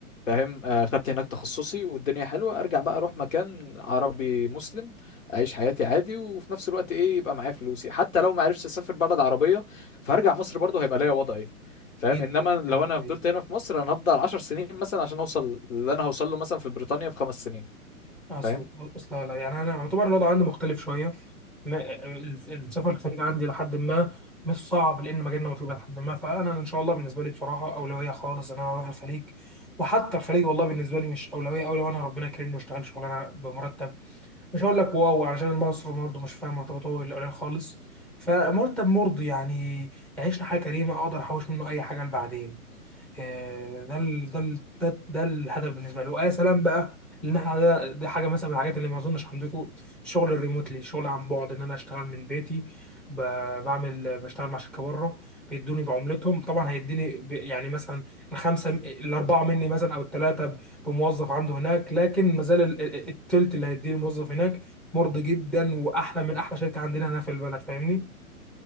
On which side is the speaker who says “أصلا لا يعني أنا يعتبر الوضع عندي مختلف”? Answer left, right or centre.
Centre